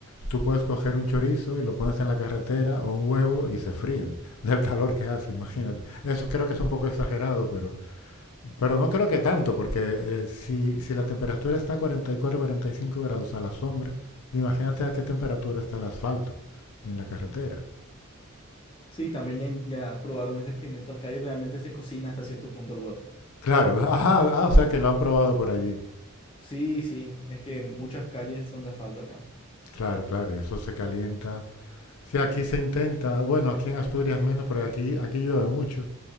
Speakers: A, on the left; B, on the left.
A: tú puedes coger un chorizo y lo pones en la carretera o un huevo y se fríen del calor que hace, imagínate. Eso creo que es un poco exagerado, pero pero no creo que tanto, porque eh, si, si la temperatura está a 44, 45 grados a la sombra, imagínate a qué temperatura está el asfalto en la carretera.
B: Sí, también ya, in- ya probaron ese experimento acá y realmente se cocina hasta cierto punto el huevo.
A: Claro, <laughs> ajá, ah, o sea que lo han probado por allí.
B: Sí, sí, es que muchas calles son de asfalto acá.
A: Claro, claro, y eso se calienta. Sí, aquí se intenta, bueno, aquí en Asturias menos, pero aquí, aquí llueve mucho.